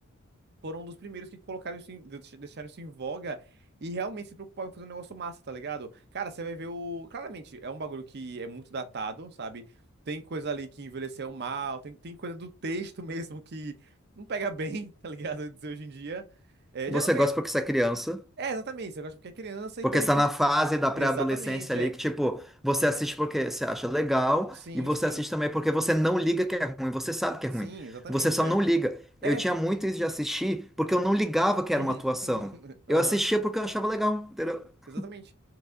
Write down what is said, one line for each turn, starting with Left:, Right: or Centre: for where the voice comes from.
Right: foram um dos primeiros que colocaram isso em, de- deixaram isso em voga e realmente se preocuparam em fazer um negócio massa, tá ligado? Cara, você vai ver o. Claramente, é um bagulho que é muito datado, sabe? Tem coisa ali que envelheceu mal, tem, tem coisa do texto <laughs> mesmo que não pega bem, <laughs> tá ligado? Dizer hoje em dia. É,
Centre: Você
Right: já não pega.
Centre: gosta porque você é criança,
Right: É, exatamente, você gosta porque é criança
Centre: porque
Right: e também
Centre: está
Right: por.
Centre: na fase da pré-adolescência
Right: Exatamente,
Centre: ali,
Right: é.
Centre: que, tipo, você assiste porque você acha legal,
Right: Sim,
Centre: e você
Right: sim.
Centre: assiste também porque você não liga que é ruim, você sabe que
Right: Sim,
Centre: é ruim.
Right: exatamente,
Centre: Você só
Right: é.
Centre: não liga. Eu tinha
Right: É.
Centre: muito isso de assistir porque eu não ligava que
Right: <laughs>
Centre: era uma atuação.
Right: Aham,
Centre: Eu assistia porque eu achava legal, entendeu? <laughs>
Right: exatamente.